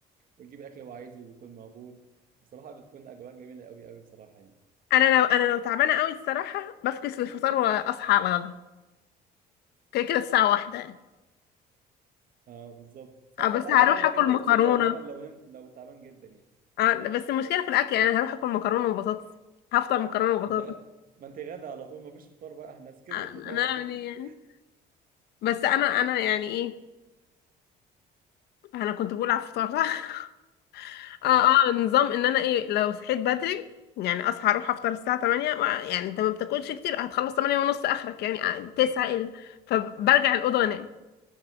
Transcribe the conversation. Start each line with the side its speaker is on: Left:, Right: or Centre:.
Right: ويجيب اكل هو عايزه وبيكون موجود بصراحه بتكون اجواء جميله قوي قوي بصراحه يعني
Left: انا لو انا لو تعبانة قوي الصراحة بفكس الفطار واصحى على الغدا كده كده الساعة واحدة يعني
Right: اه بالظبط ساعات
Left: آه، بس
Right: كنت ساعات
Left: هروح
Right: كنت بعمل
Left: اكل
Right: كده
Left: مكرونة
Right: بس لو فاهم لو نمت لو تعبان جدا يعني
Left: آه، بس المشكلة في الأكل يعني أنا هروح أكل مكرونة وبطاطس هفطر مكرونة وبطاطس
Right: انت غ... ما انت غدا على طول ما فيش فطار بقى احنا سكيب
Left: آه،
Right: الفطار
Left: أنا أعمل إيه
Right: <laughs>
Left: يعني بس أنا أنا يعني إيه أنا كنت بقول على الفطار صح <laughs>
Right: اه
Left: أه أه نظام إن أنا إيه لو صحيت بدري يعني أصحى أروح أفطر الساعة 8 ما- يعني أنت ما بتاكلش كتير هتخلص 8 ونص آخرك يعني آه، 9 إلا فبرجع الأوضة أنام